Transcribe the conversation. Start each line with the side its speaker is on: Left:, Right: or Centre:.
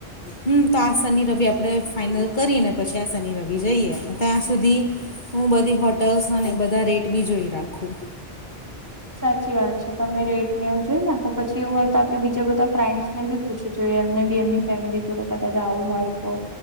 Left: હમ તો આ શનિ રવિ આપણે ફાઈનલ કરીને પછી આ શનિ રવિ જઈએ ત્યાં સુધી હું બધી હોટલ્સ અને બધા રેટ બી જોઈ રાખું
Right: સાચી વાત છે, તમે રેટ નેવું જોઈ નાખ પછી એવું હોય તો આપડે બીજા બધા ફ્રેન્ડ્સ ને બી પુછી જોએ એમને બી એમની ફેમિલી જોડે કદાચ આવું હોય તો